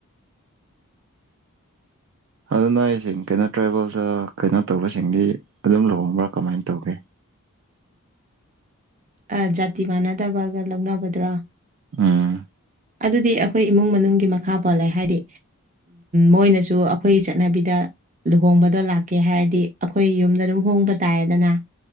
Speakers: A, on the right (about 55°); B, on the right (about 35°).
A: ꯑꯗꯨꯅ ꯑꯩꯁꯤꯡ ꯀꯩꯅꯣ ꯇ꯭ꯔꯥꯕꯦꯜꯁ ꯀꯩꯅꯣ ꯇꯧꯕꯔꯁꯤꯡꯗꯤ ꯑꯗꯨꯝ ꯂꯨꯍꯣꯡꯕ꯭ꯔꯥ ꯀꯃꯥꯏꯅ ꯇꯧꯒꯦ
B: ꯑ ꯖꯥꯇꯤ ꯃꯥꯟꯅꯗꯕꯒ ꯂꯧꯅꯕꯗ꯭ꯔꯣ
A: ꯑꯥ
B: ꯑꯗꯨꯗꯤ ꯑꯩꯈꯣꯏ ꯏꯃꯨꯡ ꯃꯅꯨꯡꯒꯤ ꯃꯈꯥ ꯄꯣꯜꯂꯦ ꯍꯥꯏꯗꯤ ꯃꯣꯏꯅꯁꯨ ꯑꯩꯈꯣꯏꯒꯤ ꯆꯠꯅꯕꯤꯗ ꯂꯨꯍꯣꯡꯕꯗꯣ ꯂꯥꯛꯀꯦ ꯍꯥꯏꯔꯗꯤ ꯑꯩꯈꯣꯏ ꯌꯨꯝꯗ ꯑꯗꯨꯝ ꯍꯣꯡꯕ ꯇꯥꯔꯦꯗꯅ